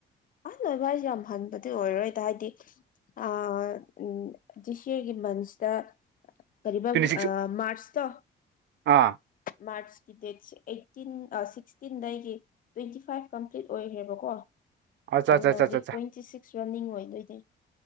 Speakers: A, on the left (about 45°); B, on the right (about 65°).
A: ꯑꯍꯟ ꯑꯣꯏꯕ ꯍꯥꯏꯁꯦ ꯌꯥꯝ ꯍꯟꯕꯗꯤ ꯑꯣꯏꯔꯣꯏꯗ ꯍꯥꯏꯗꯤ ꯑ ꯎꯝ ꯖꯤꯁꯒꯤ ꯃꯟꯁꯇ ꯀꯔꯤꯕ
B: ꯇ꯭ꯋꯦꯟꯇꯤ ꯁꯤꯛꯁ
A: ꯃꯥꯔꯆꯇꯣ
B: ꯑꯥ
A: ꯃꯥꯆ ꯗꯦꯠꯁꯦ ꯑꯩꯠꯇꯤꯟ ꯁꯤꯛꯁꯇꯤꯟꯗ ꯑꯩꯒꯤ ꯇ꯭ꯋꯦꯟꯇꯤ ꯐꯥꯏꯚ ꯀꯝꯄ꯭ꯂꯤꯠ ꯑꯣꯏꯈ꯭ꯔꯦꯕꯀꯣ
B: ꯑꯠꯆꯥ
A: ꯑꯗꯨꯅ
B: ꯑꯠꯆꯥ ꯑꯠꯆꯥ
A: ꯍꯧꯖꯤꯛ
B: ꯑꯠꯆꯥ
A: ꯇ꯭ꯋꯦꯟꯇꯤ ꯁꯤꯛꯁ ꯁ꯭ ꯔꯝꯅꯤꯡ ꯑꯣꯏꯗꯣꯏꯗꯤ